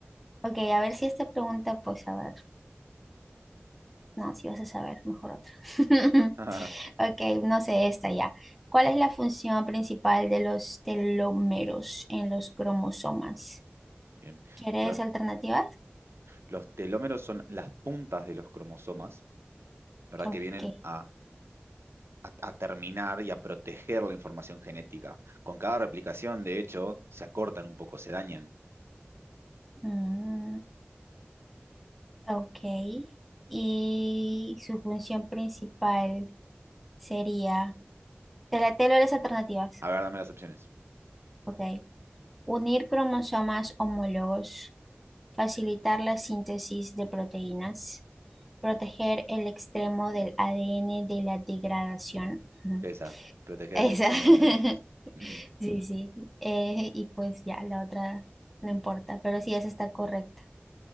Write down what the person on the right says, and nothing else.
<laughs>
Bien.
Los,
los telómeros son las puntas de los cromosomas, ¿verdad?
Que vienen a, a- a terminar y a proteger la información genética. Con cada replicación, de hecho, se acortan un poco, se dañan.
A ver, dame las opciones.
Esa, proteger
el extremo
del ADN. Ujú.